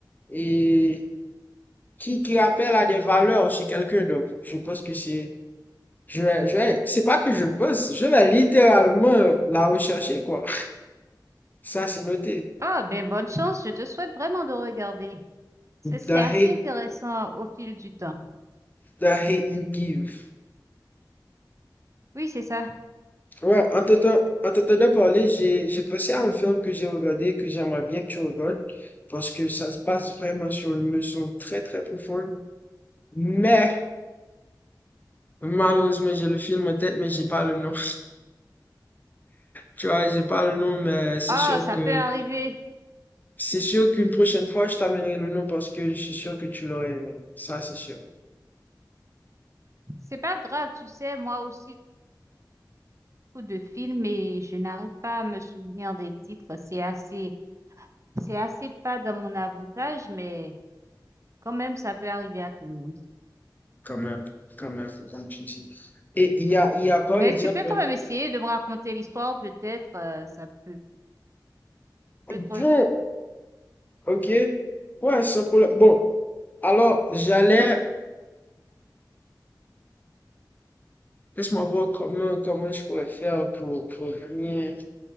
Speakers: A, on the left (about 25°); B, on the right (about 40°).
A: et qui, qui rappelle à des valeurs chez quelqu'un. Donc, je pense que c'est, je vais, je vais, c'est pas que je pense, je vais littéralement la rechercher, quoi. Ça, c'est noté.
B: Ah, ben bonne chance, je te souhaite vraiment de regarder. C'est c'est
A: The
B: assez
A: Hate,
B: intéressant au fil du temps.
A: The Hate You Give.
B: Oui, c'est ça.
A: Ouais, en t'entendant, en t'entendant parler, j'ai, j'ai pensé à un film que j'ai regardé, que j'aimerais bien que tu regardes, parce que ça se passe vraiment sur une leçon très, très profonde. Mais, malheureusement, j'ai le film en tête, mais j'ai pas le nom. Tu vois, j'ai pas le nom, mais c'est
B: Ah,
A: sûr
B: ça
A: que
B: peut arriver.
A: c'est sûr qu'une prochaine fois, je t'amènerai le nom parce que je suis sûr que tu l'aurais aimé. Ça, c'est sûr.
B: C'est pas grave, tu sais, moi aussi, beaucoup de films et je n'arrive pas à me souvenir des titres. C'est assez C'est assez pas dans mon avantage, mais quand même, ça peut arriver à tout le monde.
A: Quand même, quand même, comme tu dis. Et il y a, il y a par
B: Mais
A: exemple,
B: tu peux quand
A: un-
B: même essayer de me raconter l'histoire, peut-être, euh, ça peut
A: bon,
B: peut-être-
A: ok, ouais, sans problème. Bon, alors, j'allais, laisse-moi voir comment, comment je pourrais faire pour, pour venir